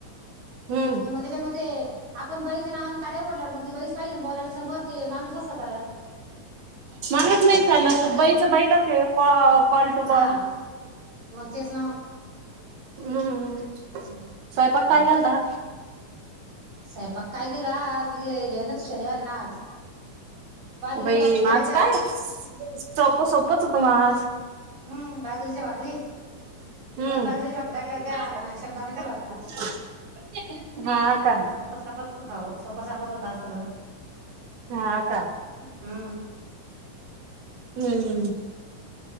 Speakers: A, on the right; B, on the right.
A: हम्म
B: तर मग त्याच्यामध्ये आपण बरी च्या नावानं काय उघडला मग त बरीच पाहिजे ना बोलाला समोर ते माणूस असत ला
A: मलाच नाही चाललं
B: असं
A: बाईच बाईलाच आहे कॉल टू
B: हा
A: कॉल
B: मग तेच ना हा
A: <inaudible> हम् हम स्वयंपाक
B: मग
A: काय केलता?
B: स्वयंपाक काय? गेलाय आज येवनक शनिवार आहे ना आज बाजरीच्या
A: बाई
B: भाकरी केल्या
A: मग आज
B: होत्या
A: काय सोप सोपच होत आज
B: हम्म बाजरीच्या भाकरी
A: हम्म
B: दोन बाजरीच्या भाकरी टाकल्या होत्या
A: <unintelligible>
B: आणि शब्दाने केला होता
A: हा का
B: सोपं सापच हो सोपं सोपच होत आज सगळं.
A: हा का
B: हम्म
A: हम्